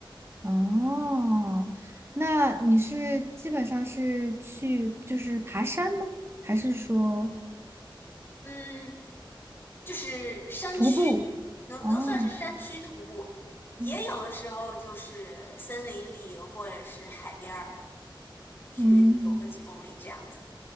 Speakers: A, on the right (about 30°); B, on the left (about 25°).
A: 哦，那你是基本上是去就是爬山吗？还是说
B: 嗯，就是山区，
A: 徒步？
B: 能能算是山区徒步，
A: 哦，
B: 也有的时候就是森林里或者是海边儿。
A: 嗯
B: 去走个几公里这样子。
A: 嗯